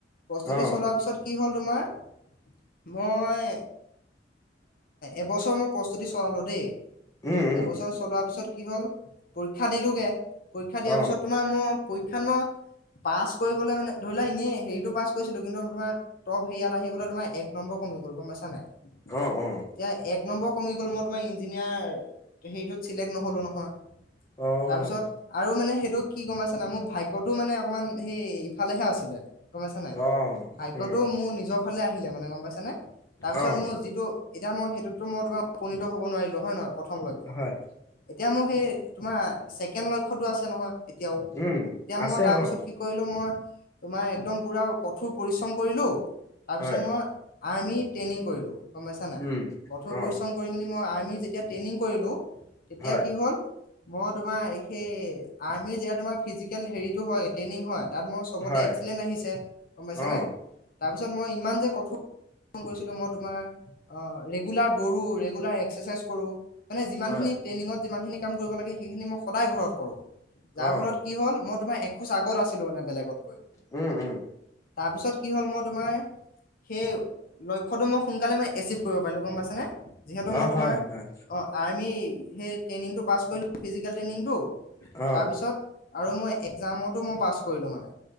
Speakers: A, on the left (about 55°); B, on the left (about 20°).
A: প্ৰস্তুতি
B: অ
A: চলোৱাৰ পিছত কি হ'ল তোমাৰ- মই এবছৰ মই প্ৰস্তুতি চলালোঁ দেই।
B: উম উম
A: এবছৰ চলোৱাৰ পিছত কি হল পৰীক্ষা দিলোগে, পৰীক্ষা দিয়াৰ
B: অ
A: পিছত- তোমাৰ মোৰ পৰীক্ষাত মই- পাছ কৰিবলৈ মানে ধৰিলা এনে হেৰিতটো পাছ কৰিছিলো কিন্তু তোমাৰ টপ হেৰিয়াত আহিবলৈ তোমাৰ এক- নম্বৰ কমি গল গম পাইছা নাই।
B: অঁ, অঁ।
A: এতিয়া এক নম্বৰ কমি গ'ল মই তোমাৰ ইঞ্জিনিয়াৰ হেৰিটোত চিলেক্ট নহলো নহয়।
B: অ',
A: তাৰপিছত আৰু মানে সেইটো- কি গম পাইছা নাই মোৰ ভাগ্যটো মানে অকমান সেই ইফালেহে আছিলে। গম পাইছা নাই,
B: অ',
A: ভাগ্যটো
B: উম,
A: মোৰ নিজৰ- ফালে আহিলে মানে গম পাইছে নে। তাৰপিছত
B: অ',
A: মোৰ যিটো এতিয়া মই সেইটোতো মই তোমাৰ- উপনীত হ'ব নোৱাৰিলোঁ হয় নহয় প্ৰথম লক্ষ্যত।
B: হয়,
A: এতিয়া মোৰ সেই তোমাৰ ছেকেণ্ড লক্ষ্যতো আছে নহয় এতিয়াও।
B: উম,
A: এতিয়া
B: আছে
A: মই তাৰপিছত-
B: অ',
A: কি কৰিলোঁ মই তোমাৰ একদম পূৰা কঠোৰ পৰিশ্ৰম কৰিলোঁ, তাৰপিছত
B: হয়,
A: মই- আৰ্মি ট্ৰেইনিং কৰিলো গম পাইছা নাই,
B: উম,
A: কঠোৰ
B: অ',
A: পৰিশ্ৰম- কৰি মই আৰ্মীত যেতিয়া ট্ৰেইনিং কৰিলোঁ-
B: হয়,
A: মই তোমাৰ সেই আৰ্মিৰ যেতিয়া তোমাৰ ফিজিকেল হেৰিতটো হয় ট্ৰেইনিং হয়- তাত মোৰ চবতে
B: হয়,
A: এক্সিলেন্ত আহিছে গম পাইছানে।
B: অ',
A: তাৰপিছত মই ইমান যে কঠোৰ- পৰিশ্ৰম কৰিছিলোঁ, মই তোমাৰ ৰেগুলাৰ দৌৰোঁ, ৰেগুলাৰ এক্সাৰচাইজ কৰোঁ মানে যিমানখিনি-
B: হয়,
A: ট্ৰেইনিঙত যিমানখিনি কাম কৰিব লাগে সেইখিনি মই সদায় ঘৰত কৰোঁ। যাৰ
B: অ',
A: ফলত- কি হ'ল মই তোমাৰ এখোজ আগত আছিলো মানে বেলেগতকৈ।
B: উম, উম,
A: তাৰপিছত কি হ'ল মই তোমাৰ- সেই লক্ষ্যটো মই সোনকালে মানে এচিভ কৰিব পাৰিলোঁ গম পাইছেনে, যিহেতু
B: অ',
A: মই তোমাৰ
B: হয়, হয়,
A: অঁ- আৰ্মি সেই ট্ৰেইনিংটো পাছ কৰিলো ফিজিকেল ট্ৰেইনিংটো
B: অ',
A: তাৰপিছত- আৰু মই একজামতো মই পাছ কৰিলো মানে